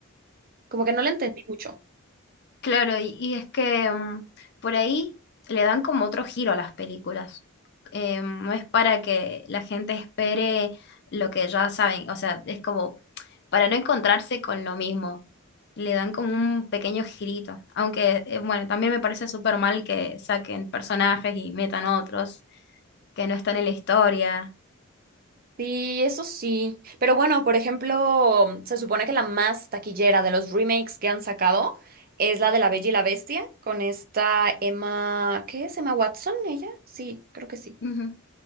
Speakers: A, on the right; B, on the left.
A: Como que no la entendí mucho.
B: Claro, y, y es que mm, por ahí le dan como otro giro a las películas. Eh, no es para que la gente espere lo que ya saben, o sea, es como para no encontrarse con lo mismo. Le dan como un pequeño girito. Aunque, eh, bueno, también me parece súper mal que saquen personajes y metan otros que no están en la historia.
A: Sí, eso sí. Pero bueno, por ejemplo, se supone que la más taquillera de los remakes que han sacado es la de La Bella y la Bestia, con esta Emma, ¿qué es? Emma Watson, ella. Sí, creo que sí.
B: Ujú.